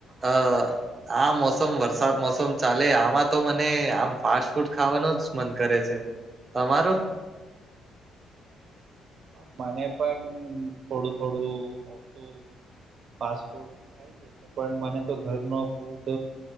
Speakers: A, on the right; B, on the right.
A: અ આ મોસમ વરસાદ મોસમ ચાલે આમાં તો મને આમ ફાસ્ટ ફૂડ ખાવાનું જ મન કરે છે. તમારું
B: હ મને પણ થોડું થોડું ઓછું. ફાસ્ટફુટ પણ મને તો ઘરનો ફૂડ